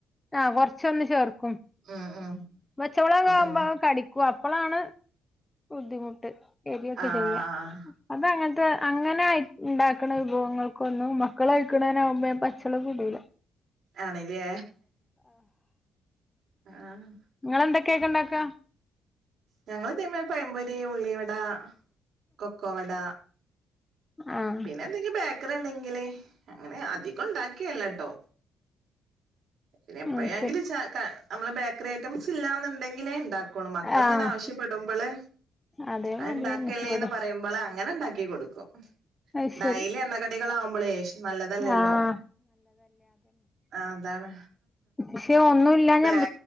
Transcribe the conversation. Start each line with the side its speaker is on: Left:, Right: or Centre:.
Left: ആകൊറച്ചൊന്ന് ചേർക്കും
Right: ഉം ഉം
Left: പച്ചവള കാവുമ്പോ
Right: അതന്നെ
Left: കടിക്കു അപ്പളാണ് ബുദ്ധിമുട്ട് എരിയൊക്കെ
Right: ആഹ്
Left: ചെയ്യാ അത അങ്ങനത്തെ അങ്ങനെ ആയി ണ്ടാക്കണ വിഭവങ്ങൾക്കൊന്നും മക്കൾ കഴിക്കണേന ആകുമ്പോ പച്ചളകിടൂല
Right: ആണല്ലേ ആഹ്
Left: നിങ്ങെന്തൊക്കെയക്കെ ഇണ്ടാക്ക
Right: ഞങ്ങ ളിതെ മാരിപയമ്പോരി ള്ളി വട കൊക്കോവട
Left: ആഹ്
Right: പിന്നെ എന്തെങ്കി ബേക്കറി - ണ്ടെങ്കേ അങ്ങനെ അധികം ഉണ്ടാക്കിയല്ല ട്ടോ നമ്മള് എപ്പയെങ്കിലും
Left: അത് ശരി
Right: ചാ ക നമ്മൾ ബേക്കറി ഐറ്റം ല്ല എന്നുണ്ടെങ്കിലേ ണ്ടാകൂ മക്കള്
Left: ആഹ്
Right: ഇങ്ങനെ ആവശ്യപ്പെടുമ്പള്
Left: അതേമാതിരി
Right: അത് ഉണ്ടാക്കല്ലേന്ന്
Left: തന്നെ ഇവടിം
Right: പറയുമ്പളാ അങ്ങനെ ണ്ടാക്കി കൊടുക്കും
Left: അത്
Right: ഡൈലി
Left: ശരി
Right: എണ്ണ കടികളാ ആവുമ്പോൾ ഷ് നല്ലതല്ലല്ലോ
Left: ആഹ്
Right: ആ അതാണ്
Left: പക്ഷ ഒന്നുമില്ല
Right: ബേ
Left: ഞാൻ